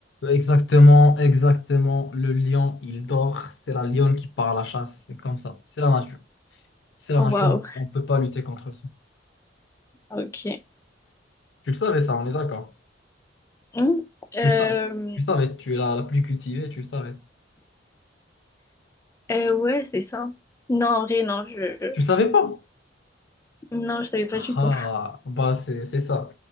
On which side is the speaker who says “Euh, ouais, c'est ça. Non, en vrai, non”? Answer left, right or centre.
Left